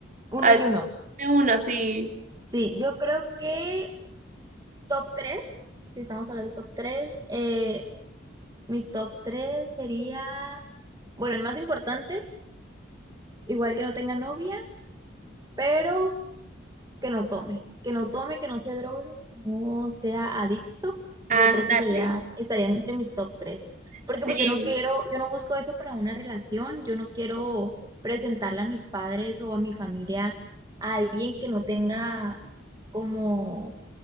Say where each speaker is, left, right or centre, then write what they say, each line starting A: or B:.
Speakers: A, on the right (about 20°); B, on the right (about 40°).
A: Uno
B: ah,
A: y uno.
B: dime uno, sí.
A: Sí, yo creo que top 3. si estamos hablando de top 3, eh, mi top 3 sería, bueno, el más importante, igual que no tenga novia, pero que no tome, que no tome, que no se drogue, que no sea adicto, yo
B: Ándale.
A: creo que sería, estaría entre mis top tres. Porque
B: Sí,
A: pues yo no quiero, yo no busco eso para una relación, yo no quiero presentarle a mis padres o a mi familia a alguien que no tenga como